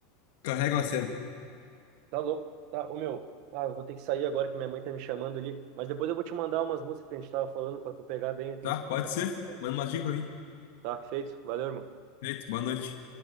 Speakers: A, on the left (about 70°); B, on the right (about 55°).
A: Carrega uma cena.
B: Tá louco? Tá, ô meu, ah, eu vou ter que sair agora que minha mãe tá me chamando ali, mas depois eu vou te mandar umas músicas que a gente tava falando pra tu pegar bem o que
A: Tá?
B: a gente
A: Pode
B: tava falando.
A: ser?
B: cara.
A: Manda uma dica pra mim.
B: Tá feito? Valeu, irmão.
A: Feito, boa noite.